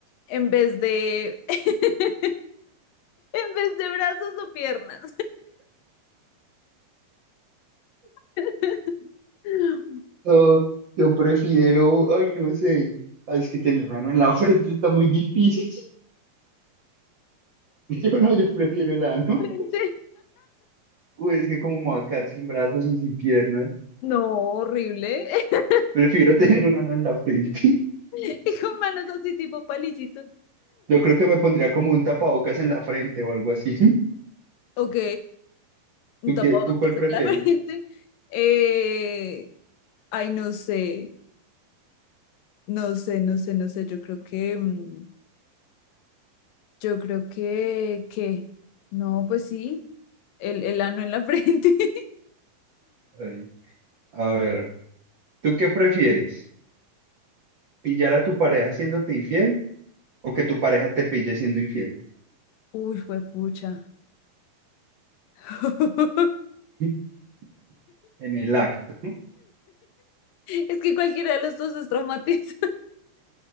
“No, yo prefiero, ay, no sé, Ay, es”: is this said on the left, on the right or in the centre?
Right